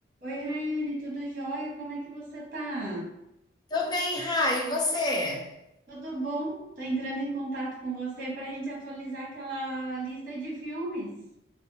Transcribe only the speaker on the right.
Oi, Rayane, tudo jóia? Como é que você tá?
Tudo bom? Tô entrando em contato com você para a gente atualizar aquela lista de filmes.